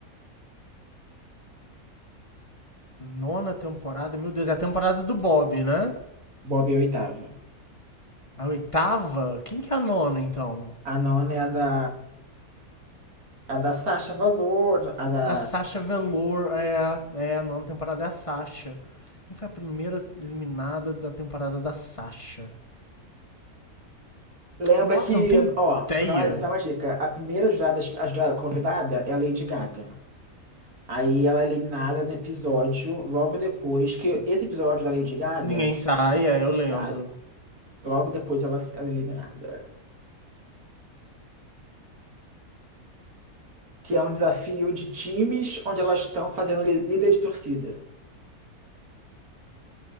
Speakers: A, on the left; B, on the right.
A: Nona temporada? Meu Deus, é a temporada do Bob, né?
B: Bob é a oitava.
A: A oitava? Quem que é a nona, então?
B: A nona é a da A da Sasha Valor, a da.
A: Da Sasha Velour. É, é a nona temporada é a Sasha. Quem foi a primeira eliminada da temporada da Sasha?
B: Lembra
A: Nossa,
B: que,
A: eu não tenho
B: ó,
A: ideia.
B: vou dar uma, dar uma dica. A primeira jurada, a jurada convidada é a Lady Gaga. Aí ela é eliminada no episódio, logo depois que esse episódio da Lady Gaga
A: Ninguém sai, é, eu lembro.
B: sai. Logo depois ela, ela é eliminada. Que é um desafio de times onde elas estão fazendo li- líder de torcida.